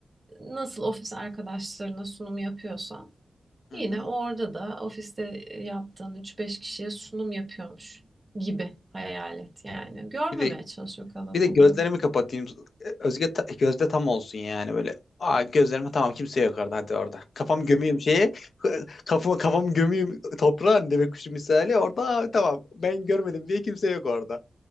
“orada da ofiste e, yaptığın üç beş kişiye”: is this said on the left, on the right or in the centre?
Right